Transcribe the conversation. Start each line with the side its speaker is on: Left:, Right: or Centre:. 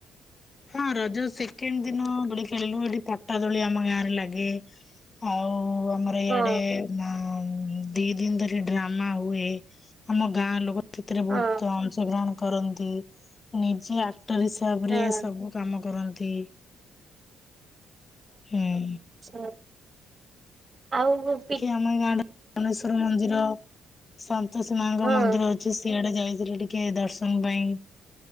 Left: ହଁ ରଜ ସେକେଣ୍ଡ ଦିନ ଦୋଳି ଖେଳିଲୁ। ଏଠି ପଟା ଦୋଳି ଆମ ଗାଁରେ ଲାଗେ। ଆଉ ଆମ ଇଆଡେ
Right: ହଁ
Left: ଉଁ ଦି ଦିନ ଧରି ଡ୍ରାମା ହୁଏ। ଆମ ଗାଁ ଲୋକ ସେଥିରେ
Right: ହଁ
Left: ବହୁତ ଅଂଶଗ୍ରହଣ କରନ୍ତି। ନିଜେ ଆକ୍ଟର ହିସାବରେ
Right: ହଁ
Left: ସବୁ କାମ କରନ୍ତି। ହୁଁ।
Right: ଆଛା। ଆଉ ସବୁ
Left: ଏକି ଆମେ ଗାଁ ରେ <unintelligible> ମନ୍ଦିର ସନ୍ତୋଷି ମାଙ୍କ
Right: ହଁ
Left: ମନ୍ଦିର ଅଛି ସିଆଡେ ଯାଇଥିଲି ଟିକେ ଦର୍ଶନ ପାଇଁ।